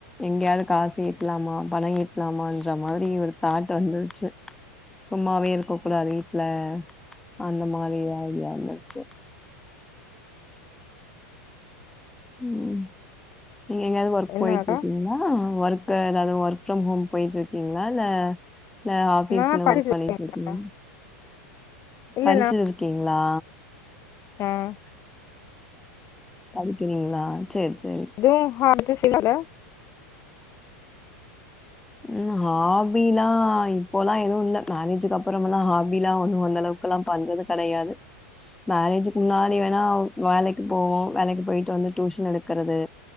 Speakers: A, in the centre; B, on the left.
A: எங்கயாவது காசுட்லாமா பணோ ட்லாமான்ற மாரி ஒரு தாட் வந்துருச்சு சும்மாவே இருக்க கூடாது வீட்ல அந்த மாரி ஐடியா வந்துருச்சு ம் நீங்க எங்கயாவது ஒர்க்
B: என்னக்கா
A: போயிட்ருக்கீங்களா ஒர்க் க்கு எதாவது ஒர்க் ஃப்ரம் ஹோம் போயிட்ருக்கீங்களா இல்ல இல்ல ஆஃபீஸ்னு
B: நா படிச்சிட்டு
A: ஒர்க் பண்ணிட்ருக்கிங்ளா
B: இருக்கா இல்ல
A: படிச்சுட் இருக்கீங்களா
B: ம்
A: படிக்கிறிங்களா சேரி சேரி
B: து ஹார் <unintelligible>
A: ம் ஹாபி லா இப்போலா எதுவு இல்ல மேரேஜுக்கப்றம் லா ஹாபிலா ஒன்னு அந்தளவுக் க்கல்லா பண்றது கடையாது மேரேஜுக்கு முன்னாடி வேணா வேலைக்கு போவோ வேலைக்கு போயிட்டு வந்து டியூஷன் எடுக்கறது